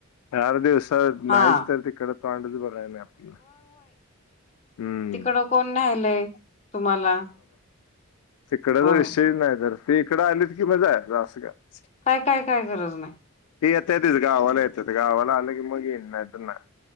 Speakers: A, on the left; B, on the left.
A: चार दिवसात
B: हा
A: नाहीच तर तिकड तोंड बघायचं नाही आपल्याला. हम्म
B: तिकड कोण न्यायलाय तुम्हाला?
A: तिकडे
B: होय
A: जर विषय नाही तर ते इकडं आलेत की मग कि जायच अस करायच.
B: काय काय काय गरज नाही.
A: ती यता येतच, गावाला येतच गावाला आलं की मग येईन नाही तर नाही.